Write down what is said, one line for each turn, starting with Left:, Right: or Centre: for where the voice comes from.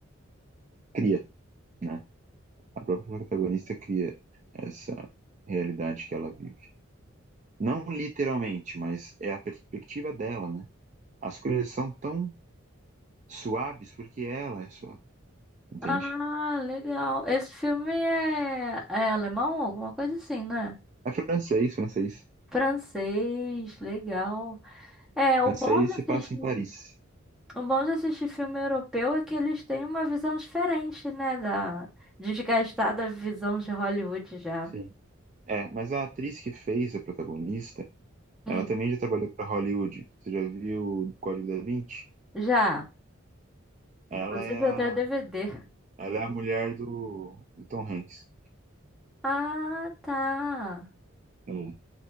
Right: cria, né? A própria protagonista cria essa realidade que ela vive. Não literalmente, mas é a perspectiva dela, né? As coisas são tão suaves porque ela é suave, entende?
Centre: Ah, legal. Esse filme é, é alemão, alguma coisa assim, né?
Right: É francês, francês.
Centre: Francês, legal. É, o
Right: Francês
Centre: bom de assistir,
Right: se passa em Paris.
Centre: o bom de assistir filme europeu é que eles têm uma visão diferente, né? Da desgastada visão de Hollywood já.
Right: Sim. É, mas a atriz que fez a protagonista,
Centre: Hum,
Right: ela também já trabalhou para Hollywood. Você já viu o Código da Vinci?
Centre: já. Inclusive
Right: Ela é
Centre: eu
Right: a,
Centre: tenho DVD.
Right: ela é a mulher do, do Tom Hanks.
Centre: Ah, tá.
Right: É.